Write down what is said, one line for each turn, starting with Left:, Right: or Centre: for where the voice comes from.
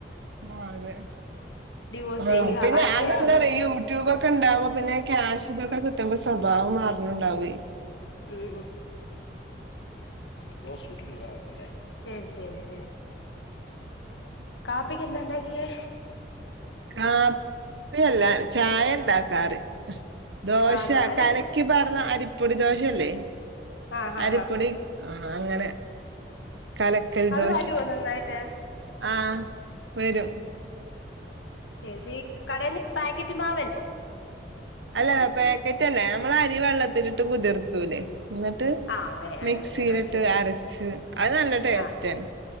Right: ആ അതെ
Left: ഡിവോഴ്സ്
Right: ആ
Left: ചെയ്യുക
Right: പിന്നെ
Left: അടുത്തയാള്
Right: അതെന്താറിയോ ഈ യൂട്യൂബ് ക്കെ ഉണ്ടാവുമ്പോ പിന്നെ ക്യാഷ് ഇതൊക്കെ കിട്ടുമ്പ സ്വഭാവം മാറെണണ്ടാവോയ്
Left: ഉം ഉം ഹലോ <unintelligible> ഉം ഉം ഉം കാപ്പിക്ക് എന്താണ്ടാക്കിയേ
Right: കാപ്പി അല്ല ചായ ഉണ്ടാക്കാറ് ദോശ
Left: ആണോ അല്ല
Right: കലക്കി പാർന്ന അരിപ്പൊടി ദോശല്ലേ
Left: ആഹ് ആഹ്
Right: അരിപ്പൊടി
Left: ആഹ്
Right: ആഹ് അങ്ങനെ കലക്കൽ
Left: അത്
Right: ദോശ
Left: വരുവോ നന്നായിട്ട്
Right: ആഹ് വെരും
Left: ശരിശരി കടേന്ന് പാക്കറ്റ് മാ
Right: അല്ലല്ല പാക്കറ്റ് അല്ല ഞമ്മളരി വെള്ളത്തിലിട്ട് കുതിർത്തൂലെ ന്നിട്ട്
Left: ആഹ് അങ്ങനെ
Right: മിക്സീലിട്ട്
Left: അങ്ങനെ ആ ശരി
Right: അരച്ച് അത് നല്ല ടെസ്റ്റാണ്.
Left: ആഹ്